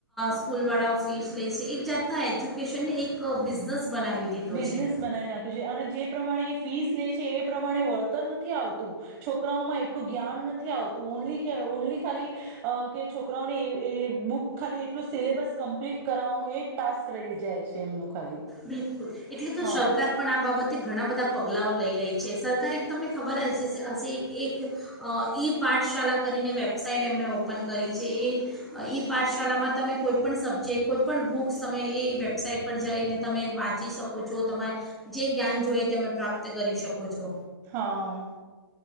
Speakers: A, in the centre; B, on the right (about 20°).
A: સ્કૂલવાળાઓ ફીસ લે છે એક જાતના એજ્યુકેશનને એક બિઝનેસ બનાવી દીધો
B: બિઝનેસ
A: છે
B: બનાવી નાખ્યું છે અને જે પ્રમાણે ફીસ લે છે એ એ પ્રમાણે વળતર નથી આવતું છોકરાઓમાં એટલું જ્ઞાન નથી આવતું ઓનલી ઓનલી ખાલી કે છોકરાઓને બુક ખાલી એટલું સિલેબસ કમ્પ્લીટ કરાવવાનું એ ટાસ્ક રહી જાય છે એમનું ખાલી
A: બિલકુલ એટલે તો
B: હા
A: સરકાર પણ આ બાબતે ઘણા બધા પગલા લઈ રહી છે સરકારે એક તમને ખબર જ હ ઈ પાઠશાળા કરીને વેબસાઇટ એમણે ઓપન કરી છે એ ઈ પાઠશાળામાં તમે કોઈપણ સબ્જેક્ટ કોઈપણ બુક્સ તમે એ વેબસાઇટ પર જઈને તમે વાંચી શકો છો તમારે જે જ્ઞાન જોએ તે તમે પ્રાપ્ત કરી શકો છો
B: હા